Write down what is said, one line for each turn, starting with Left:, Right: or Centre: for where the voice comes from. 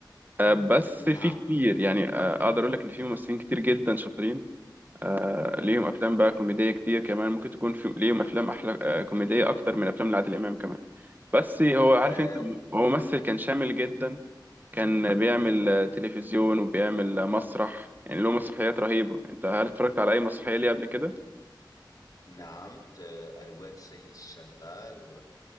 Right: بس في
Left: نعم
Right: كتير يعني آه، اقدر اقول لك ان في ممثلين كتير جدا شاطرين آه،
Left: مهم.
Right: ليهم افلام بقى كوميديه كتير كمان ممكن تكون في ليهم افلام احلى آه، كوميديه اكتر من افلام لعادل امام كمان بس هو عارف
Left: آه،
Right: انت هو ممثل كان شامل جدا كان بيعمل آه، تلفزيون وبيعمل آه، مسرح يعني له مسرحيات رهيبه انت هل اتفرجت على اي مسرحيه ليه قبل كده
Left: نعم ت- الواد سيد الشغال و